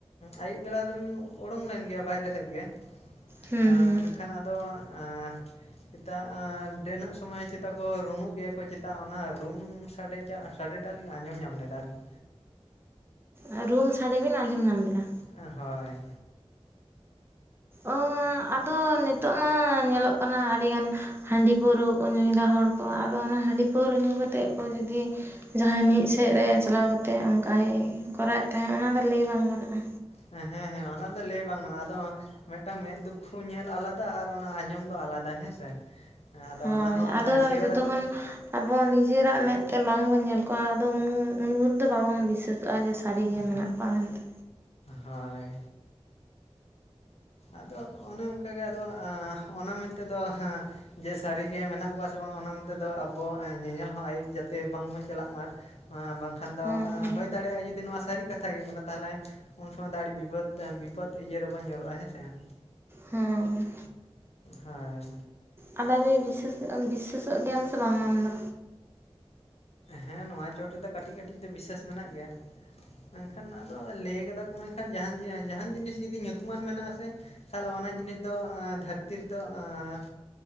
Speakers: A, on the left; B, on the right.
A: ᱟᱭᱩᱵ ᱵᱮᱲᱟ ᱫᱚᱞᱤᱧ ᱩᱰᱩᱝ ᱞᱮᱱ ᱜᱮᱭᱟ ᱵᱟᱭᱨᱮ ᱥᱮᱫ ᱜᱮ,
B: ᱦᱩᱸ
A: ᱮᱸ
B: ᱦᱩᱸ
A: ᱢᱮᱱᱠᱷᱟᱱ ᱟᱫᱚ ᱮᱸᱻ ᱪᱮᱛᱟ ᱰᱟᱹᱱᱟᱹᱜ ᱥᱚᱢᱚᱭ ᱪᱮᱛᱟ ᱠᱚ ᱨᱩᱢᱩᱜ ᱜᱮᱭᱟ ᱠᱚ ᱪᱮᱛᱟ ᱚᱱᱟ ᱨᱩᱢ ᱥᱟᱰᱮ <unintelligible> ᱥᱟᱰᱮ ᱴᱟᱜ ᱞᱤᱧ ᱟᱸᱡᱚᱢ ᱧᱟᱢ ᱞᱮᱫᱟ ᱟᱞᱤᱧ᱾
B: ᱟᱸ ᱨᱩᱢ ᱥᱟᱰᱮ ᱵᱤᱱ ᱟᱸᱡᱚᱢ ᱧᱟᱢ ᱞᱮᱜᱼᱟ?
A: ᱮᱸ ᱦᱳᱭ᱾
B: ᱚᱸ ᱟᱫᱚ ᱱᱤᱛᱚᱜ ᱢᱟ ᱧᱮᱞᱚᱜ ᱠᱟᱱᱟ ᱟᱹᱰᱤ ᱜᱟᱱ ᱦᱟᱺᱰᱤ ᱯᱟᱹᱣᱨᱟᱹ ᱠᱚ ᱧᱩᱭᱫᱟ ᱦᱚᱲ ᱠᱚ ᱟᱫᱚ ᱚᱱᱟ ᱦᱟᱺᱰᱤ ᱯᱟᱹᱣᱨᱟᱹ ᱧᱩ ᱠᱟᱛᱮᱜ ᱠᱚ ᱡᱩᱫᱤ ᱡᱟᱦᱟᱸᱭ ᱢᱤᱫ ᱥᱮᱫ ᱨᱮ ᱪᱟᱞᱟᱣ ᱠᱟᱛᱮᱜ ᱚᱝᱠᱟᱭ ᱠᱚᱨᱟᱣ ᱮᱫ ᱛᱟᱦᱮᱸᱜ ᱚᱱᱟ ᱫᱚ ᱞᱟᱹᱭ ᱵᱟᱝ ᱜᱟᱱᱚᱜᱼᱟ᱾
A: ᱦᱮᱸ ᱦᱮᱸ ᱚᱱᱟ ᱫᱚ ᱞᱟᱹᱭ ᱵᱟᱝ ᱜᱟᱱᱚᱜ-ᱟ ᱟᱫᱚ ᱢᱤᱫᱴᱟᱝ ᱢᱮᱫ ᱫᱩᱠᱠᱷᱩ ᱧᱮᱞ ᱟᱞᱟᱫᱟ ᱟᱨ ᱚᱱᱟ ᱟᱸᱡᱚᱢ ᱫᱚ ᱟᱞᱟᱫᱟ ᱦᱮᱸ ᱥᱮ? ᱦᱮᱸ ᱟᱫᱚ
B: ᱦᱳᱭ
A: ᱚᱱᱟ ᱦᱚᱸ
B: ᱟᱫᱚ
A: ᱮᱸ ᱥᱤᱭᱳᱨ
B: ᱡᱚᱛᱚ
A: ᱟᱛᱮᱫ
B: ᱠᱷᱚᱱ ᱟᱵᱚ ᱱᱤᱡᱮᱨᱟᱜ ᱢᱮᱫ ᱛᱮ ᱵᱟᱝ ᱵᱚᱱ ᱧᱮᱞ ᱠᱚᱣᱟ ᱟᱫᱚ ᱩᱱ ᱩᱱᱵᱷᱩᱨ ᱫᱚ ᱵᱟᱵᱚᱱ ᱵᱤᱥᱟᱹᱥᱚᱜᱼᱟ ᱡᱮ ᱥᱟᱹᱨᱤᱜᱮ
A: ᱟᱸ
B: ᱢᱮᱱᱟᱜ ᱠᱚᱣᱟ ᱢᱮᱱᱛᱮ
A: ᱦᱟᱸ, ᱦᱳᱭ᱾ ᱟᱫᱚ ᱚᱱᱮ ᱚᱱᱠᱟ ᱜᱮ ᱟᱫᱚ ᱟᱸ ᱚᱱᱟ ᱢᱮᱱ ᱛᱮᱫᱚ ᱡᱮ ᱥᱟᱨᱤ ᱜᱮ ᱢᱮᱱᱟᱜ ᱠᱚᱣᱟ ᱥᱮ ᱵᱟᱝ ᱚᱱᱟ ᱢᱮᱱᱛᱮ ᱫᱚ ᱟᱵᱚ ᱧᱮᱧᱮᱞ ᱦᱚᱸ ᱟᱹᱭᱩᱵ ᱡᱟᱛᱮ ᱵᱟᱝ ᱵᱚᱱ ᱪᱟᱞᱟᱜ ᱢᱟ, <unintelligible> ᱵᱟᱝᱠᱷᱟᱱ ᱫᱚ
B: ᱦᱮᱸ ᱦᱮᱸ
A: ᱦᱩᱭ ᱫᱟᱲᱮᱭᱟᱜᱼᱟ ᱡᱩᱫᱤ ᱱᱚᱣᱟ ᱥᱟᱹᱨᱤ ᱠᱟ ᱛᱷᱟ ᱜᱮ ᱠᱟᱱᱟ ᱛᱟᱦᱚᱞᱮ, ᱩᱱ ᱥᱚᱢᱚᱭ ᱫᱚ ᱟᱹᱰᱤ ᱵᱤᱯᱚᱫ ᱵᱤᱯᱚᱫ ᱤᱭᱟᱹ ᱨᱮᱵᱚᱱ ᱧᱩᱨᱩᱜᱼᱟ ᱦᱮᱸ ᱥᱮ ᱵᱟᱝ?
B: ᱦᱚᱸ᱾
A: ᱦᱳᱭ᱾
B: <unintelligible> ᱵᱤᱥᱥᱟᱹᱥᱚᱜ-ᱟᱢ ᱵᱤᱥᱥᱟᱹᱥᱚᱜ ᱜᱮᱭᱟᱢ ᱥᱮ ᱵᱟᱝ ᱟᱢᱫᱚ?
A: ᱦᱮᱸ ᱱᱚᱣᱟ ᱪᱚᱴ ᱨᱮᱫᱚ ᱠᱟᱴᱤᱡ ᱠᱟᱴᱤᱡ ᱫᱚ ᱵᱤᱥᱟᱹᱥ ᱢᱮᱱᱟᱜ ᱜᱮᱭᱟ, ᱢᱮᱱᱠᱷᱟᱱ ᱟᱫᱚ ᱞᱟᱹᱭ ᱠᱟᱫᱟ ᱠᱚ ᱢᱮᱱᱠᱷᱟᱱ ᱡᱟᱦᱟᱸᱱ <unintelligible> ᱡᱟᱦᱟᱸᱱ ᱡᱤᱱᱤᱥ ᱡᱩᱫᱤ ᱧᱩᱛᱩᱢᱟᱱ ᱢᱮᱱᱟᱜ-ᱟ ᱥᱮ, ᱛᱟᱦᱚᱞᱮ ᱚᱱᱟ ᱡᱤᱱᱤᱥ ᱫᱚ, ᱫᱷᱟᱹᱨᱛᱤ ᱨᱮᱫᱚᱟᱸᱻ